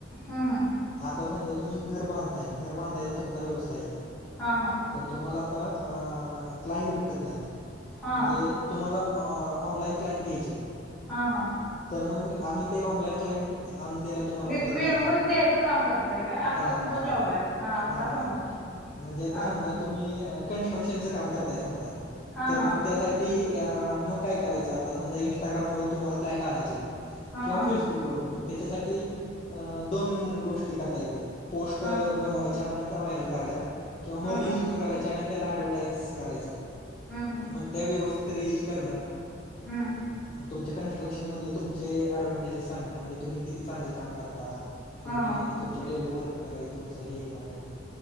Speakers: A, in the centre; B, on the left.
A: हं हं.
B: आता समजा, तुम्ही घर बांधताय. घर बांधायचा तुमचा व्यवसाय आहे.
A: हा हा
B: तर तुम्हाला आता अ क्लाइंट भेटत नाहीत.
A: हा
B: म्हणजे तुम्हाला ऑनलाईन क्लाइंट घ्यायचे आहेत.
A: हा हा.
B: तर मग आम्ही ते ऑनलाइन क्लायंट आणून द्यायला तुम्हाला
A: मि
B: मदत
A: मिळवून
B: करणार.
A: द्यायचं काम करताय काय असा
B: हा
A: तुमचा
B: हा
A: जॉब
B: हा
A: आहे आता
B: हा
A: समजत
B: हा.
A: मग
B: म्हणजे आता
A: हा
B: समजा
A: हा
B: तुम्ही कन्स्ट्रक्शनचं काम करताय समजा.
A: हा
B: तर
A: हा
B: मग त्यासाठी ती या मग काय करायचं? आता समजा, इंस्टाग्राम वरून तुम्हाला क्लाइंट आणायचे आहेत
A: हा
B: किंवा फेसबुकवरून मग त्याच्यासाठी दोन गोष्टी करता येते पोस्ट
A: हा
B: बनवायच्या आणि त्या व्हायरल करायच्या किंवा
A: हा
B: मग रिल्स
A: हा
B: करायच्या आणि त्याला ऍडव्हटाईज करायचं.
A: हं हं.
B: मग त्या व्यवस्थित रेल करणं,
A: हं.
B: तुमच्या कन्स्ट्रक्ट मधले तुमचे एडव्हनटेजेस सांगणं. म्हणजे तुम्ही किती चांगलं काम करता.
A: हां,
B: तुम्ही
A: हां.
B: तुमच्याकडे एवढे वर्कर आहे तुमच हे आहे.